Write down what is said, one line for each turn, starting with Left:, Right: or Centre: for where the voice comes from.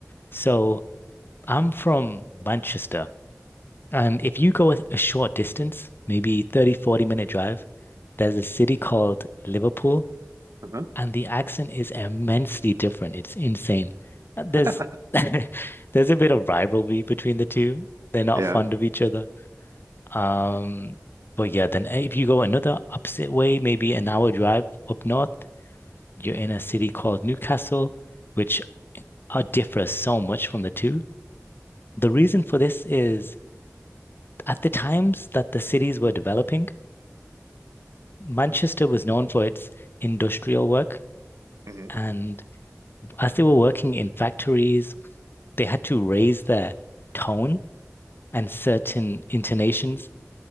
Left: So I'm from Manchester, and if you go a short distance, maybe 30 40 minute drive, there's a city called Liverpool.
Right: Uh-huh.
Left: and the accent is immensely different. It's insane. Uh, There's
Right: <laughs>
Left: <laughs> there's a bit of rivalry between the two. They're not
Right: Yeah.
Left: fond of each other. Um, but yeah, then uh, if you go another opposite way, maybe an hour drive up north, you're in a city called Newcastle, which uh, differs so much from the two. The reason for this is at the times that the cities were developing, Manchester was known for its industrial work.
Right: hmm
Left: And as they were working in factories they had to raise their tone and certain intonations